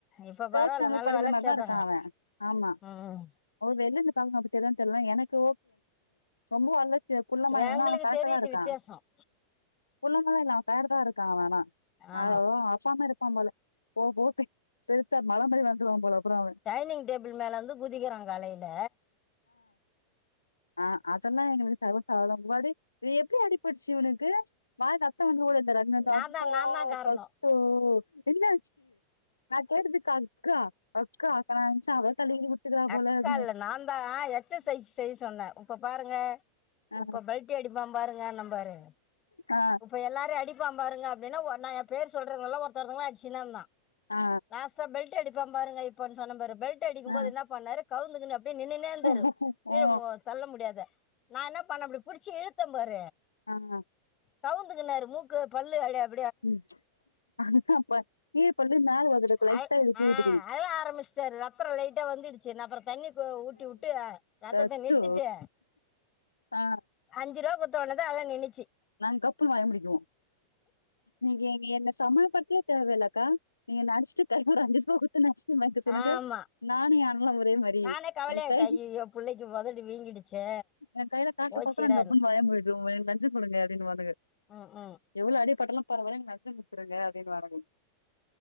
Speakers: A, on the left; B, on the left.
A: இப்ப
B: தேர்ட்
A: பரவாயில்ல
B: ஸ்டாண்டர்ட்
A: நல்ல
B: படிக்கிற
A: வளர்ச்சியா
B: மாரிதான் இருக்கான்
A: தாங்கிறான்
B: அவன் ஆமா
A: ம்
B: வெள்ல இருந்து பாங்க அப்படி தான் தெரியலாம் எனக்கு ரொம்ப வளச்சி குள்ளமாலா
A: எங்களுக்கு
B: இல்ல அவன் கரெக்டா
A: தெரியுது
B: தான் இருக்கான்
A: வித்தியாசம்
B: குள்ளமா இல்ல மேல தான் இருக்கான் அவன் ஆனா
A: ஆமா
B: அத அப்பா மாரி இருப்பான் போல போ போ சரிச்சா மல மாரி வந்துருவாங்க போல அப்புறம் அவன்
A: டைனிங் டேபிள் மேல இருந்து குதிக்கிறான் காலையில
B: ஆஹ் அதெல்லாம் எங்களுக்கு சர்வ சாதாரணம் எப்படி அடிப்பட்டுச்சி அவனுக்கு வந்து ஓடியந்தாரு
A: நான்
B: அம்மா
A: தான் நான் தான் காரணம்
B: பத்து <unintelligible> சரி ந கதுக்கு அக்கா அக்கா நான் நெனச்சேன் அவ தள்ளி கிள்ளி விட்டுக்கிறா
A: அக்கா
B: போல அப்டின்னு
A: இல்ல நான் தான் எக்சசைஸ் செய்யா சொன்னேன் இப்போ பாருங்க
B: ஆ
A: இப்ப பெல்ட அடிப்பான் பாருங்க நம் பாரு
B: ஆ
A: இப்ப எல்லாரும் அடிப்ப பாருங்க அப்டின்னு நான என் பேர் சொல்றதுல்ல ஒருத்தவங்க ஆயிச்சுான்ந்தான்
B: ஆ
A: லாஸ்ட் பெல்ட் அடி இப்ப பாருங்க இப்பனு சொன்னரு பெல்ட் அடிக்கும்போது
B: ஆ
A: என்ன பண்ணாரு கவுந்துகுனு நின்னுன்டே இருந்தாரு
B: ஓ
A: கீழ
B: ஓ
A: தள்ள முடியாத நான என்ன பண்ண இப்டி புடிச்சு இழுத்து எத்தம்பற
B: ஆஹ்
A: கவுந்துக்குனாரு மூக்கு பல்லு <unintelligible>
B: ம் இப்ப கீழ் பல்லு மேல வலந்திருக்கு லைட்டா
A: அழ-
B: எதுக்கு
A: ஆ
B: இடுக்குது
A: அழ ஆரம்பிச்சிட்டாரு ரத்தம் லைட்டா வந்துடுச்சு நா அப்பறம் தண்ணி உத்திட்டு ரத்தத்தை
B: தத்தோ
A: நிறுத்திட்டு
B: ஆ
A: அஞ்சு ரூபா குத்தோன தான் அத நினைச்சு
B: நாங்க கப்புன்னு வாய முடிக்குவோம் நீங்கங்க என்ன சமய படுத்தவே தேவ இல்ல அக்கா நீங்க நடிச்சிட்டு கைபில ஒரு அஞ்சு ரூபா குடுத்து ஜஸ்கீரீம் வாங்கிட்டு வர சொன்னுங்க
A: ஆமா
B: நானும் அவனும் ஒரே மாரி
A: நானே கவலையாயிட்டேன்
B: என் கை
A: ஐயோ பிள்ளைக்கு உதடு வீங்கிடுச்சு
B: என் கையில காச
A: போச்சுடான்னு
B: பாத்த டப்புன்னு வாய முடிடுவா லஞ்சு ங்க அப்டின்னு பாத்துக்கோ
A: ம் ம்
B: எவ்வளோ அடிபட்டலாம் பரவாயில்ல வத்துருங்க <unintelligible> வாரங்க